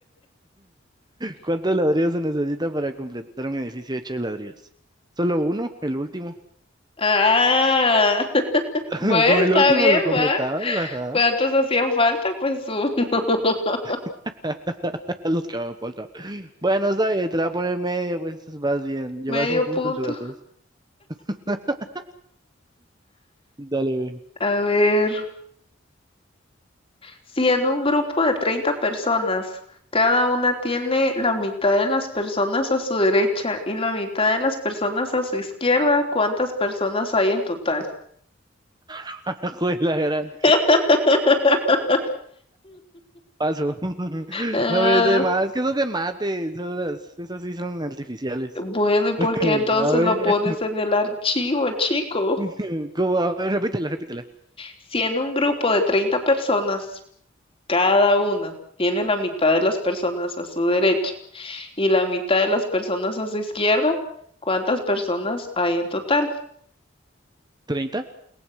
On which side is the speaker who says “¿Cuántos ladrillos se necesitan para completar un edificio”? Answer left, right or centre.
Right